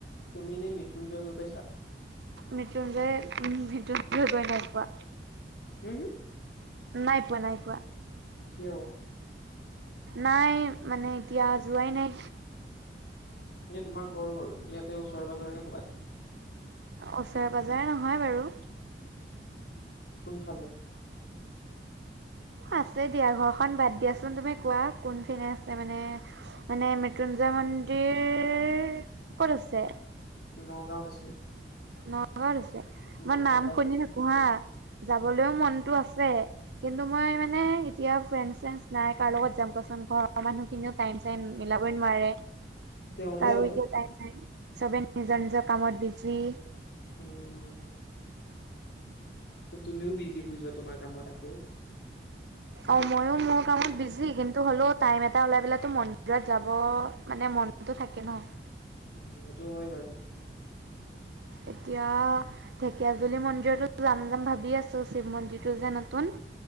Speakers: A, on the left; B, on the right.
A: তুমি এনেই মৃত্যুঞ্জয় গৈ পাইছা?
B: মৃত্যুঞ্জয়, মূত্যুঞ্জয় গৈ ভাল পোৱা?
A: হুম হু।
B: নাই পোৱা নাই পোৱা।
A: কিয়?
B: নাই মানে এতিয়া যোৱাই নাই।
A: এনে তোমাৰ ঘৰৰ ইয়াতে ওচৰে পাজৰে ক'ৰবাত?
B: ওচৰে পাজৰে নহয় বাৰু।
A: কোনফালে?
B: আছে দিয়া ঘৰখন বাদ দিয়াচোন তুমি কোৱা কোনফিনে আছে মানে মানে মৃত্যুঞ্জয় মন্দিৰ ক'ত আছে
A: নগাঁওত আছে।
B: নগাঁৱত আছে
A: তুমি
B: মই
A: নগাঁৱৰ
B: নাম
A: পৰা
B: শুনি থাকো হা' যাবলৈও মনতটো আছে। কিন্তু মই মানে এতিয়া ফ্ৰেণ্ড চেৰন নাই কাৰ লগত যাম কচোন ক। ঘৰৰ মানুহখিনিয়েও তাইম ছাইম মিলাবৈ নোৱাৰে।
A: এতিয়া ওলাবা
B: তাৰো এতিয়া টাইম নাই। নিজৰ নিজৰ কামত বিজি
A: উম তু তুমিও বিজি হৈ যোৱা তোমাৰ কামত আকৌ
B: অ' মইয়ো মোৰ কামত বিজি, কিন্তু হ'লে টাইম এটা ওলাই পেলাই মন্দিৰত যাব মানে মনতো থাকে ন?
A: উম সেইটো হয় বাৰু।
B: এতিয়া ঢেকীয়াজুলি মন্দিৰতো যাম যাম ভাবি আছো, শিৱ মন্দিৰটো যে নতুন